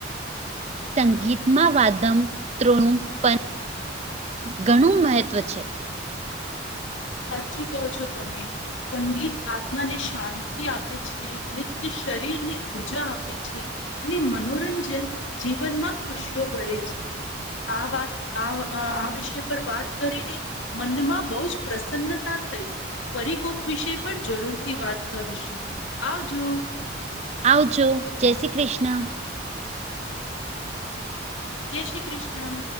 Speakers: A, on the right; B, on the left.
A: સંગીતમાં વાદમ ત્રૃણું પણ ઘણું મહત્ત્વ છે.
B: સાચું કહો છો, તમે સંગીત આત્માને શાંતિ આપે છે, મૃત શરીરને ઉર્જા આપે છે. ને મનોરંજન જીવનમાં ખુશીઓ ભરે છે. આ વાત આ અ આ વિષય પર વાત કરીને મનમાં બઉ જ પ્રસન્નતા થઈ. ફરી કોક વિષય પર જરૂરથી વાત કરશું, આવજો
A: આવજો, જય શ્રી ક્રિષ્ણ
B: જય શ્રી કૃષ્ણ